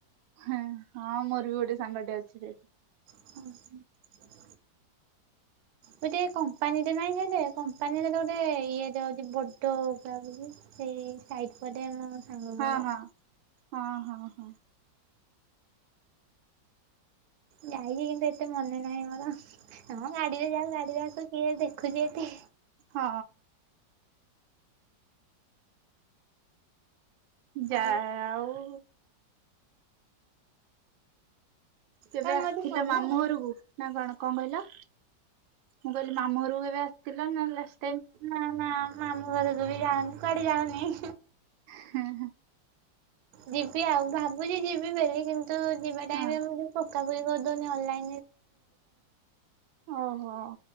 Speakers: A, on the right; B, on the right.
A: ହଁ ହଁ ମୋର ବି ଗୋଟେ ସାଙ୍ଗ ଟେ ଅଛି ସେଇଠି।
B: ହଁ ହ। ଗୋଟେ କମ୍ପାନୀଟେ ନାଇଁ ସିଆଡେ କମ୍ପାନୀରେ ଗୋଟେ ଇଏଟେ ଅଛି ବଡ ସେଇ ସାଇଟ୍ ପଟେ ମୋ ସାଙ୍ଗ
A: ହଁ
B: ଘର।
A: ହଁ ହଁ ହଁ ହଁ।
B: ଯାଇଛି କିନ୍ତୁ ଏତେ ମନେ ନାହିଁ ମୋର ହଁ ଗାଡିରେ ଯାଉ ଗାଡିରେ ଆସୁ କିଏ ଦେଖୁଛି ଏତେ।
A: ହଁ। ଯା
B: ଆଉ
A: ଆଉ କେବେ
B: ତମେ
A: ଆସିଥିଲ
B: ମୋଠୁ ସାନ
A: ମାମୁଁ ଘରକୁ। ନାଁ କଣ କଣ କହିଲ? ମୁଁ କହିଲି ମାମୁଁରୁ କେବେ ଆସିଥିଲ ନା ଲାସ
B: ନାଁ ନାଁ ମାମୁଁ ଘରକୁ ବି ଯାଉନି କୁଆଡେ ଯାଉନି।
A: ହୁଁ ହୁଁ।
B: ଯିବି ଆଉ ଭାବୁଛି ଯିବି ବୋଲି କିନ୍ତୁ ଯିବା ଟାଇମରେ
A: ହଁ
B: ମୁଁ ଯ <unintelligible>
A: ଓହୋ